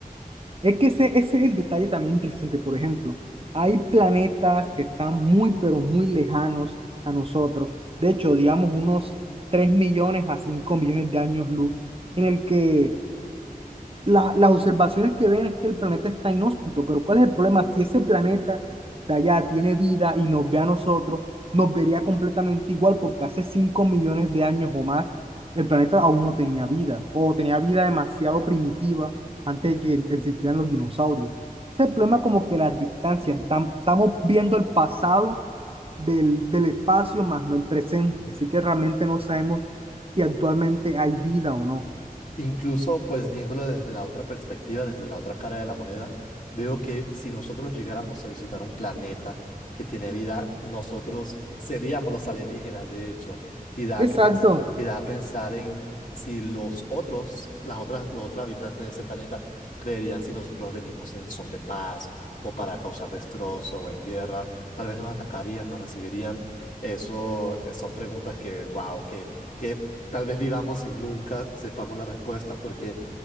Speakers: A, on the right; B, on the left.
A: es que ese, ese es el detalle también interesante. Por ejemplo, hay planetas que están muy, pero muy lejanos a nosotros, de hecho, digamos unos 3 millones a 5 millones de años luz, en el que la- las observaciones que ven es que el planeta está inhóspito, pero ¿cuál es el problema? Si ese planeta de allá tiene vida y nos ve a nosotros, nos vería completamente igual porque hace 5 millones de años o más el planeta aún no tenía vida o tenía vida demasiado primitiva antes de que existieran los dinosaurios. Ese es el problema como que las distancias, tam- estamos viendo el pasado del, del espacio más no el presente, así que realmente no sabemos si actualmente hay vida o no.
B: Incluso, pues viéndolo desde la otra perspectiva, desde la otra cara de la moneda, veo que si nosotros llegáramos a visitar un planeta que tiene vida, nosotros seríamos los alienígenas, de hecho, y da
A: Exacto.
B: que pens- y da a pensar en si los otros, las otras, los otros habitantes de ese planeta creerían si nosotros venimos en son de paz o para causar destrozo o en guerra, tal vez nos atacarían, nos recibirían. Eso eh, son preguntas que, wow, que que tal vez vivamos y nunca sepamos la respuesta, porque